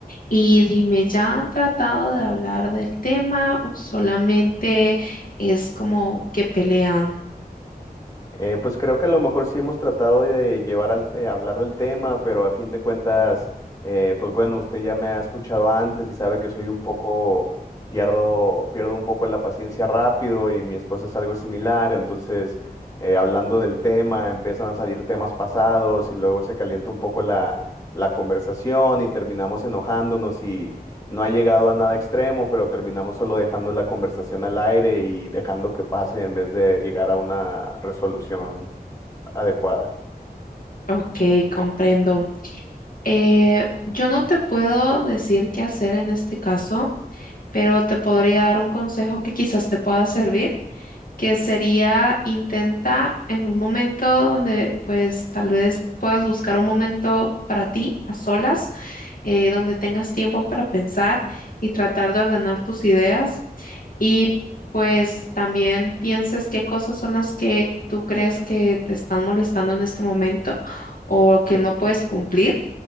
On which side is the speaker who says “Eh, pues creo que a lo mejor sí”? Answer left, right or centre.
Left